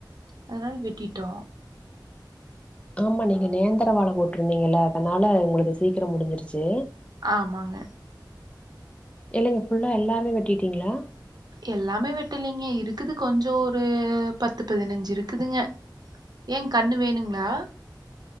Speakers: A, on the right; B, on the left.
A: அதனால வெட்டிட்டோ
B: ஆமா நீங்க நேந்தர வாழ போட்ருந்தீங்கல்ல அதனால உங்ளுது சீக்கிறோ முடிஞ்சிருச்சு
A: ஆமாங்க
B: இல்லங்க ஃபுல்லா எல்லாமே வெட்டிடீங்ளா
A: எல்லாமே வெட்டலைங்க இருக்குது கொஞ்சோ ஒரு பத்து பதினஞ்சு இருக்குதுங்க ஏங் கண்ணு வேணுங்ளா